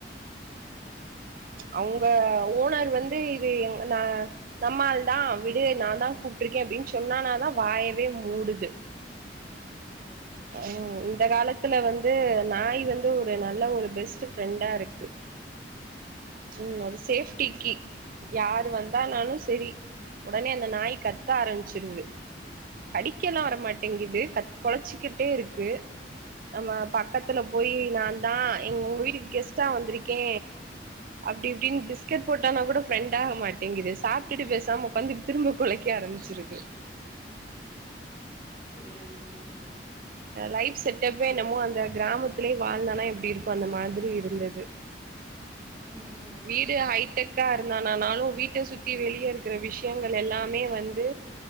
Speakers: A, on the left; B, on the right.
A: உம்
B: அவங்க ஓனர் வந்து இது எங் ந நம்மாள் தா விடு நா தா கூப்ட்ருக்கே அப்டின் சொன்னானாதா வாயவே மூடுது
A: சூப்பர் சூப்பர் சூப்பர்
B: ம் இந்த காலத் துல வந்து நாய் வந்து ஒரு நல்ல ஒரு பெஸ்ட் ஃப்ரெண்டா இருக்கு ம் அது சேஃப் ட்டிக்கு யாரு வந்தானாலு செரி உடனே அந்த நாய் கத்த ஆரம்பிச்சிருது கடிக்க எல்லா வரமாட்டிங்குது கத் கொலச்சிக்கிட்டே இருக்கு நம்ம பக்கத்துல போய் நாந்தா எ உங்க வீட்டுக்கு கெஸ்ட்டா வந்திருக்கே அப்டி இப்டின்னு பிஸ்கெட் போட்டானா கூட ஃப்ரெண்ட் ஆக மாட்டேங்குது சாப்டிட்டு பேசாம உக்காந்து திரும்ப கொலைக்க ஆரம்பிச்சிருது
A: சேரி சேரி செரி
B: லைட் செட்டப்பே என்னமோ அந்த கிராமத்திலயே வாழ்ந்தனா எப்டி இருக்கு அந்த மாதிரி இருந்துது
A: ம்
B: வீடு ஹைடெக்கா இருந்தானானாலு வீட்ட சுத்தி வெளிய இருக்கற விஷயங்கள் எல்லாமே வந்து